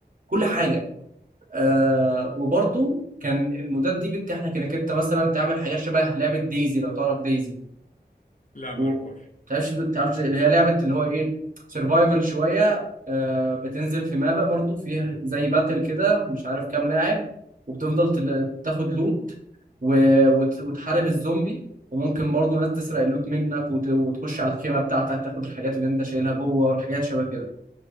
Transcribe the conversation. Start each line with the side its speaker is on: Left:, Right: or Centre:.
Right: كل حاجه آه وبرضه كان المودات دي بتتيح لك انك انت مثلا تعمل حاجات شبه لعبه ديزي لو تعرف ديزي
Left: لا ما
Right: و
Left: اعرفهاش
Right: تعرفش تعرفش اللي هي لعبه اللي هو ايه سرفايفل شويه آه بتنزل في مابا برضو فيها زي باتل كده مش عارف كام لاعب وبتفضل تل- تاخد لوت و... وت... وتحارب الزومبي وممكن برضو ناس تسرق اللوت منك وت... وتخش على الخيمه بتاعتك تاخد الحاجات اللي انت شايلها جوه والحاجات شبه كده